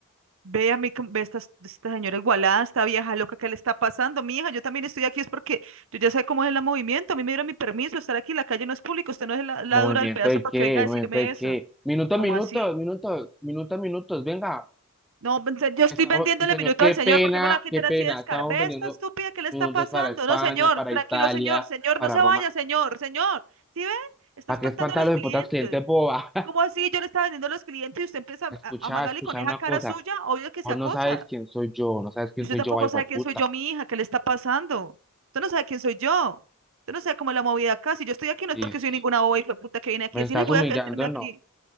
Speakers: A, on the right; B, in the centre.
A: Ve a mí, com- ve a esta, esta señora igualada, esta vieja loca, ¿qué le está pasando? Mija, yo también estoy aquí, es porque yo ya sé cómo es el movimiento, a mí me dieron mi permiso de estar aquí, la calle no es pública, usted no es la, la
B: Movimiento
A: dura del pedazo
B: de
A: para
B: qué,
A: que venga a
B: movimiento
A: decirme
B: de
A: eso.
B: qué. Minutos,
A: ¿Cómo
B: minutos,
A: así?
B: minutos, minutos, minutos, venga.
A: No, pues, yo estoy
B: Estamos,
A: vendiéndole
B: sí, señor,
A: minutos
B: qué
A: al señor,
B: pena,
A: ¿por qué me lo va a quitar
B: qué pena.
A: así de escar?
B: Estamos
A: Ve
B: vendiendo
A: esta estúpida, ¿qué le
B: minutos
A: está pasando?
B: para España,
A: No, señor,
B: para
A: tranquilo,
B: Italia,
A: señor, señor,
B: para
A: no se
B: Roma.
A: vaya, señor, señor. ¿Sí ve? Está
B: ¿Para
A: espantando
B: qué espantar
A: a los
B: a los
A: clientes.
B: hipotas clientes, boba?
A: ¿Y ¿Cómo así? Yo le estaba vendiendo a los clientes y usted empieza
B: Escucha,
A: a, a amagarle
B: escucha
A: con esa
B: una
A: cara
B: cosa.
A: suya, obvio que
B: Vos
A: se acosa.
B: no sabes quién soy yo, no sabes quién
A: Y usted
B: soy
A: tampoco
B: yo, ay, puta.
A: sabe quién soy yo, mi hija, ¿qué le está pasando? Usted no sabe quién soy yo. Usted no sabe cómo es la movida acá. Si yo estoy aquí no
B: Listo.
A: es porque soy ninguna boba y puta que viene aquí
B: Me
A: a
B: estás
A: decir, ay, voy
B: humillando,
A: a quedarme aquí.
B: no.